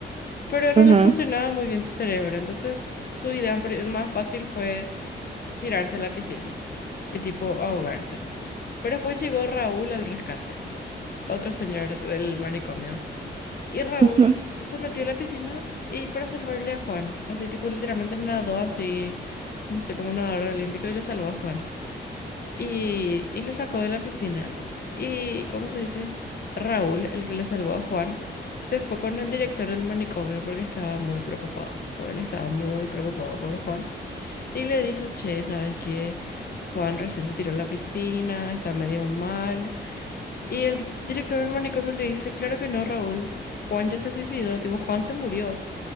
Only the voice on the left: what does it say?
pero no
le funcionaba muy bien su cerebro. Entonces su idea pri- más fácil fue tirarse a la piscina y tipo ahogarse. Pero después llegó Raúl al rescate, otro señor del manicomio. Y Raúl
se metió a la piscina y para salvarle a Juan, así tipo literalmente nadó así, no sé, como un nadador olímpico y le salvó a Juan y, y le sacó de la piscina. Y, ¿cómo se dice? Raúl, el que le salvó a Juan, se fue con el director del manicomio porque estaba muy preocupado. Tipo, él estaba muy preocupado por Juan. Y le dijo, che, ¿sabes qué? Juan recién se tiró a la piscina, está medio mal. Y el director del manicomio le dice, claro que no, Raúl. Juan ya se suicidó, tipo, Juan se murió.